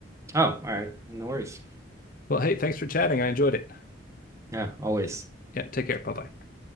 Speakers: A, on the right; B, on the left.
A: Oh, all right. No worries.
B: Well, hey, thanks for chatting. I enjoyed it.
A: Yeah, always.
B: Yeah, take care. Bye bye.